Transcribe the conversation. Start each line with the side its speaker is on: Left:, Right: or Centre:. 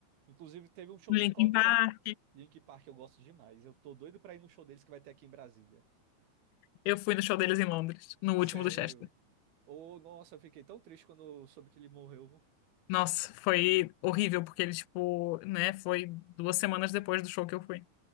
Right: Inclusive, teve um show
Left: Linkin
Right: do Scorpions
Left: Park.
Right: aqui em Linkin Park, eu gosto demais. Eu tô doido pra ir no show deles que vai ter aqui em Brasília.
Left: Eu fui no show deles em Londres, no
Right: Sério?
Left: último do Chester.
Right: Ô, nossa, eu fiquei tão triste quando eu soube que ele morreu.
Left: Nossa, foi horrível, porque ele, tipo, né, foi duas semanas depois do show que eu fui.